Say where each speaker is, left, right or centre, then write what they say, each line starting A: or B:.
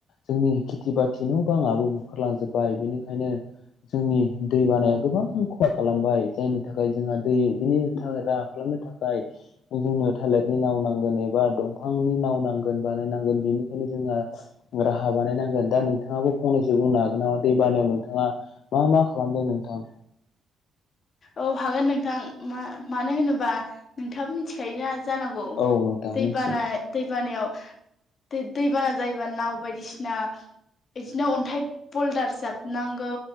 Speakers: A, on the left; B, on the left.
A: जोंनि खेथि बाथि ना बांङाबो बुखारलांजोबबाय बेनिखायनो। जोंनि दै बानाया गोबां खहा खालामबाय जायनि थाखाय जोंहा दै बिनि थाखाय राहा खालाम थाखाय जोंनो थालिरनि नाव नांगोन एबा दंफांनि नाव नांगोन बानायनांगोन बिनि नो जोंना <inaudible> राहा बानायनांगोन दा नोंथाङाबो फंनैसो बुंनो हागोन नामा दै बानायाव नोंथाङा मा मा खालामदों नोंथां।
B: औ हागोन नोंथां मा मानो होनोबा नोंथाङाबो मिथिखायो। जानांगौ
A: औ नोंथां
B: दैबाना
A: मिथियो
B: दैबानायाव। दै दैबाना जायोबा नाव बायदिसिना। बिदिनो अन्थाइ पलदार जाबनांगौ।